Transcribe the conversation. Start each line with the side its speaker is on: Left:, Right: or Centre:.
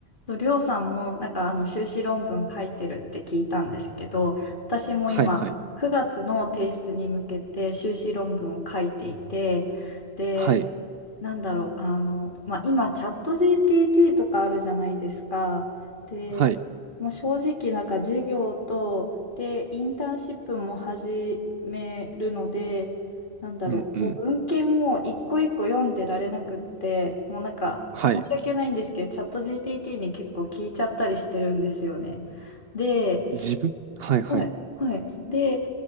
Left: と、りょうさんもなんかあの修士論文書いてるって聞いたんですけど、私も今9月の提出に向けて修士論文を書いていて、
Right: はいはい。
Left: で、
Right: はい。
Left: なんだろう、あの、まあ、今チャット GPT とかあるじゃないですか。で、
Right: はい。
Left: もう正直なんか授業と、で、インターンシップも始めるので、なんだろう、
Right: うんうん。
Left: もう文献も一個一個読んでられなくって、もうなんか申し訳ないんですけど、
Right: はい。
Left: チャット GPT に結構聞いちゃったりしてるんですよね。で、
Right: 自分はいはい。
Left: はい、はい。で、